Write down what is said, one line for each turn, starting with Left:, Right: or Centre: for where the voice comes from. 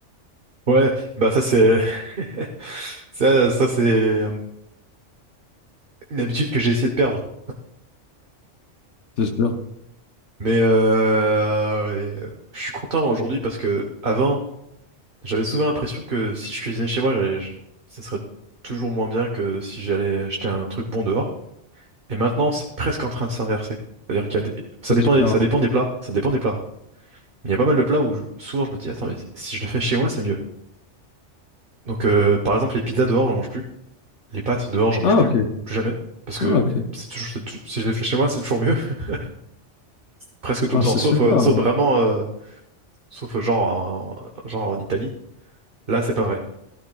Right: Ouais, bah ça c'est <laughs> ça ça c'est euh, une habitude que j'ai essayé de perdre.
Left: C'est sûr.
Right: Mais euh, et, euh, je suis content aujourd'hui parce que avant, j'avais souvent l'impression que si je cuisinais chez moi, j'allais- je- ça serait toujours moins bien que si j'allais acheter un truc bon dehors. Et maintenant, c'est presque en train de s'inverser. C'est-à-dire qu'il y a des... ça
Left: C'est
Right: dépend
Left: différent.
Right: des... ça dépend des plats, ça dépend des plats. Mais Il y a pas mal de plats où je- souvent je me dis attends mais si je le fais chez moi, c'est mieux. Donc euh, par exemple les pizzas dehors, j'en mange plus. Les pâtes dehors, j'en mange
Left: Ah,
Right: plus,
Left: ok.
Right: plus jamais, parce que
Left: Ah, ok.
Right: c'est toujours, c'est tou- si je les fais chez moi, c'est toujours mieux, <laughs> presque tout
Left: Ah,
Right: le temps,
Left: c'est
Right: sauf,
Left: super.
Right: euh, sauf vraiment, euh, sauf euh, genre, en, genre en Italie. Là, c'est pas vrai,